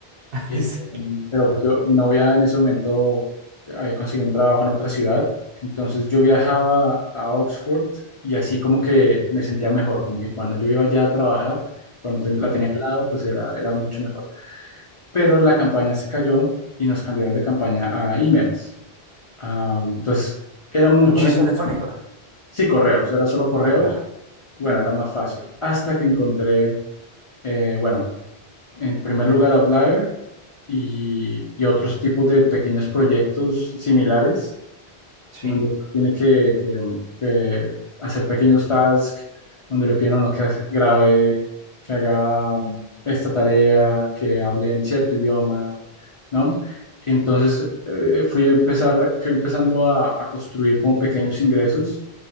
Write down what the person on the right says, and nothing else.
<laughs>
sí.
Ujú.
¿Los correos electrónicos?
Ah, vale, vale.
Sí,